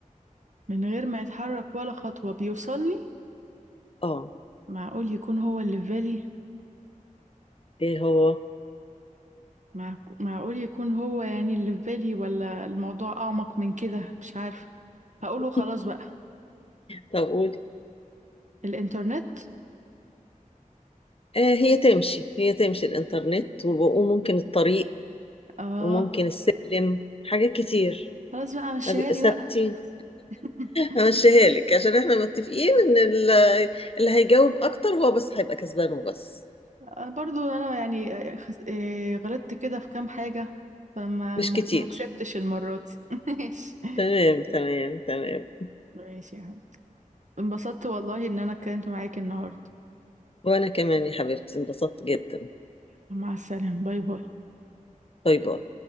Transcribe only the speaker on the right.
من غير ما يتحرك ولا خطوة بيوصلني
معقول يكون هو اللي في بالي
مع... معقول يكون هو يعني اللي في بالي ولا الموضوع أعمق من كده مش عارفة هقوله
خلاص بقى
الإنترنت
آه
خلاص بقى مشيها
لي بقى
<laughs>
آه، برضو أنا يعني آه، خس- آه، غلطت كده في كام حاجة فما
ما
ما كسبتش المرة دي <laughs> ماشي
ماشي يا حبيبي انبسطت والله إن أنا اتكلمت معاك النهاردة
مع السلامة باي باي